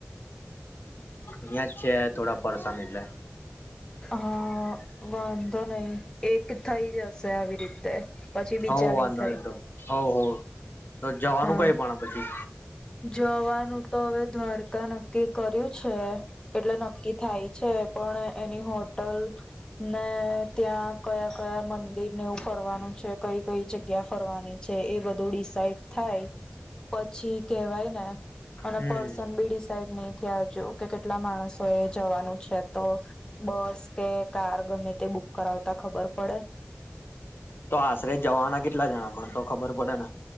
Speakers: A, on the left; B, on the left.
A: અહિયાં જ છે થોડા પરેશાન એટલે
B: હા, વાંધો નહી એક થઈ જશે આવી રીતે પછી બીજા
A: હો વાંધો
B: થાય
A: નહી તો, હો, હો, તો, જવાનું
B: હા.
A: કઈ આપણે
B: જવાનું તો હવે દ્વારકા ન નક્કી કર્યું છે, એટલે નક્કી થાય છે પણ એની હોટલ ને ત્યાં કયા કયા મંદિરને એવું ફરવાનું છે, કઈ કઈ જગ્યા ફરવાની છે એ બધું ડિસઇડ થાય પછી કેવાય ને અને
A: હમ
B: પર્સન બી ડિસાઇડ નઈ આવજ કે કેટલા માણસો એ જવાનું છે, તો બસ કે કાર ગમે તે બુક કરાવતા ખબર પડે
A: તો આશરે જવાના કેટલા જણા પણ તો ખબર પડે ને